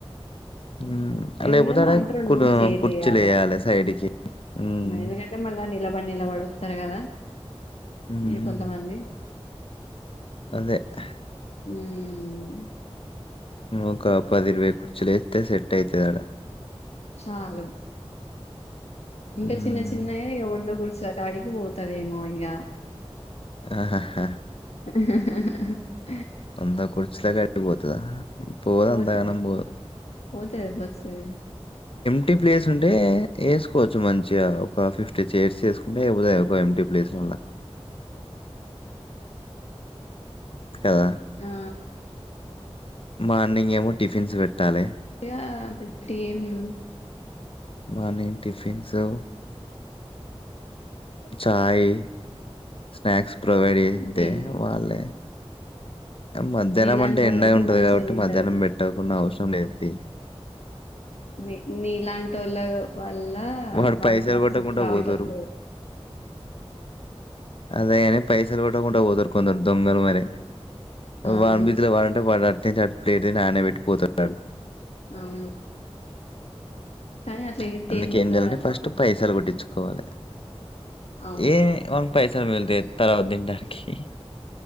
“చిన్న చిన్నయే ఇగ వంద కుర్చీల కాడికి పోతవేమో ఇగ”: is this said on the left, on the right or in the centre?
Left